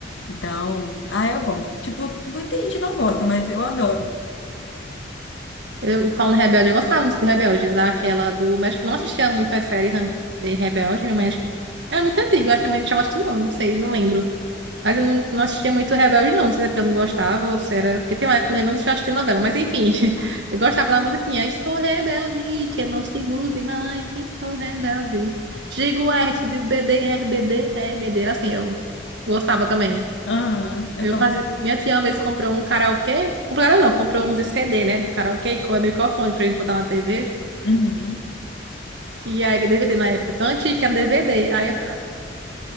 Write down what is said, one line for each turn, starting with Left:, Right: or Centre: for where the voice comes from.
Left: Então, ah, é bom. Tipo, muita gente não gosta, mas eu adoro.
Right: Eu falando de Rebelde, eu gostava muito de Rebelde, daquela do. Mas acho que não assistia muito as séries né, de Rebelde. Minha mãe acho que. Era muito antiga, eu acho que minha mãe deixava assistir, não, não sei, não lembro. Mas eu não, não assistia muito Rebelde, não. Não sei se é porque eu não gostava, ou se era. Porque tem uma época que minha mãe não deixava assistir novela, mas enfim. <laughs> Eu gostava da musiquinha. Estou rebelde, que não se grude mais, estou rebelde. Digo R, tu diz B D, r b d R B D. Era assim, eu gostava também.
Left: Aham, eu
Right: Eu
Left: também.
Right: fazia... Minha tia uma vez comprou um karaokê. Comprou não, comprou um CD, né? Do karaokê e com microfone pra gente botar na TV.
Left: Uhum.
Right: E aí, DVD na época, tão antiga, era DVD. Aí eu...